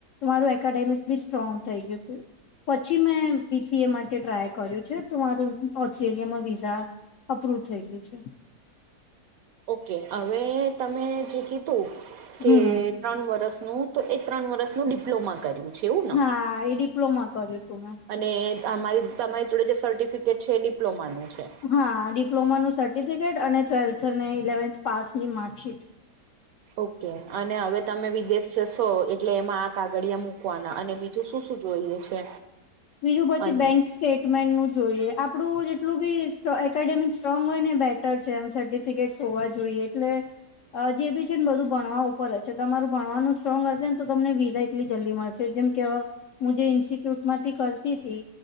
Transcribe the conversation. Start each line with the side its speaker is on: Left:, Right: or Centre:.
Left: મારું એકડેમિક બી સ્ટ્રોંગ થઈ ગયું હતું પછી મેં બીસીએ માટે ટ્રાય કર્યું છે તો મારું ઓચરિયામાં વિઝા અપ્રુવ થઈ ગયું છે
Right: ઓકે હવે તમે જે કીધું કે
Left: હમ
Right: ત્રણ વર્સનું તો એ ત્રણ વર્ષનું ડિપ્લોમા કર્યું છે એવું ને
Left: હા એ ડિપ્લોમા કર્યું હતું મેં
Right: અને અમારી- તમારી જોડે જે સર્ટિફિકેટ છે એ ડિપ્લોમાનું છે.
Left: હા, ડિપ્લોમાનું સર્ટિફિકેટ અને ટ્વેલ્થ અને ઇલેવન્થ પાસની માર્કશીટ.
Right: ઓકે, અને અવે તમે વિદેશ જશો એટલે એમાં આ કાગળિયા મુકવાના અને બીજુ જો, શું-શું જોઈએ છે,
Left: બીજું પછી
Right: અન
Left: બેંક સ્ટેટમેન્ટનું જોઈએ, આપણું જેટલું બી સ્ટ્રોં એકેડેમિક સ્ટ્રોંગ હોય ને બેટ છે, એમ સર્ટિફિકેટ હોવા જોઈએ એટલે અજેબી છે ને બધું ભણવા ઉપર જ છે, તમારું ભણવાનું સ્ટ્રોંગ હશે ને તો તમને વીજાય કેટલી જલ્દીમાં છે, જેમ કે અ હું જે ઇન્સ્ટિટ્યુટમાંથી કરતીતી